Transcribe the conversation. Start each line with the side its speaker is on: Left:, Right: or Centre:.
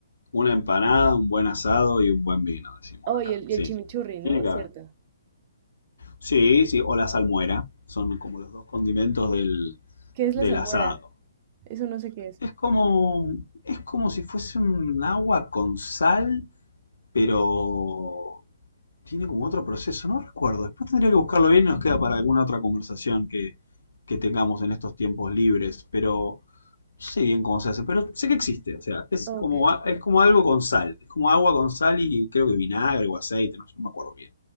Left: una empanada, un buen asado y un buen vino, decimos
Right: Oh,
Left: acá.
Right: y el, y
Left: Sí.
Right: el chimichurri, ¿no?
Left: Tiene que
Right: Cierto.
Left: haber. Sí, sí, o la salmuera. Son como los dos condimentos del,
Right: ¿Qué es
Left: del
Right: la salmuera?
Left: asado.
Right: Eso no sé qué es.
Left: Es como, es como si fuese un agua con sal, pero tiene como otro proceso, no recuerdo. Después tendría que buscarlo bien y nos queda para alguna otra conversación que, que tengamos en estos tiempos libres, pero no sé bien cómo se hace, pero sé que existe, o sea, es
Right: Oh,
Left: como,
Right: ok.
Left: a- es como algo con sal, es como agua con sal y creo que vinagre o aceite, no, no me acuerdo bien